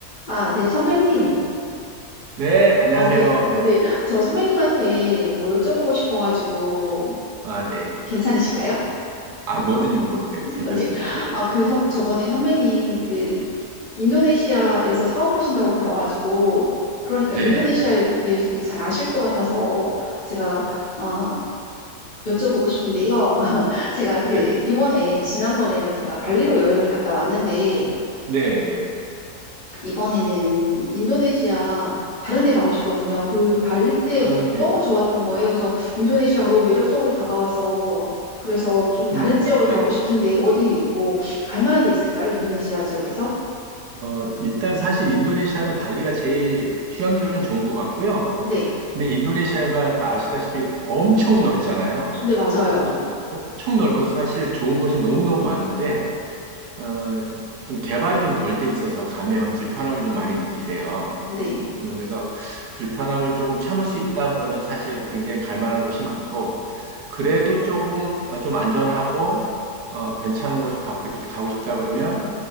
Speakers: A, on the left (about 40°); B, on the right (about 80°).
A: 아, 네, 선배님.
B: 네, 안녕하세요.
A: 아, 네. 어,
B: 네.
A: 네. 저 선배님한테 뭐 여쭤보고 싶어가지고
B: 아, 네.
A: 괜찮으실까요?
B: 아, 뭐든지 물어보세요. 괜찮습니다.
A: 근
B: 네.
A: 아, 그 선- 저번에 선배님 그 인도네시아에서 사업하신다고 들어가지고 그러니까
B: 네.
A: 인도네시아에 대해서 되게 잘 아실 것 같아서 제가 어, 여쭤보고 싶은데요. <laughs> 제가 그
B: 네.
A: 이번에 지난번에는 제가 발리로 여행을 갔다 왔는데
B: 네, 네.
A: 이번에는 인도네시아 다른 데 가고 싶거든요. 그 발리 때
B: 아, 네.
A: 너무 좋았던 거예요. 그래서 인도네시아가 너무 매력적으로 다가와서 그래서 좀 다른
B: 음,
A: 지역을
B: 네.
A: 가고 싶은데 어디 뭐 갈 만한 데 있을까요? 인도네시아 지역에서?
B: 어, 일단 사실 인도네시아는 발리가 제일 휴양지로는 좋은 것 같고요.
A: 네.
B: 근데 인도네시아가 그 아시다시피 엄청 넓잖아요.
A: 네, 맞아요.
B: 어, 엄청 넓어서 사실 좋은 곳이 너무너무 많은데, 어, 좀 개발이 좀 덜돼 있어서 가면 불편함을 좀 많이 느끼세요.
A: 네.
B: 음, 그래서 불편함을 조금 참을 수 있다 그러면 사실 굉장히 갈 만한 곳이 많고, 그래도 조금, 어, 좀 안전하고, 어, 괜찮은 곳을 가고, 가고 싶다 그러면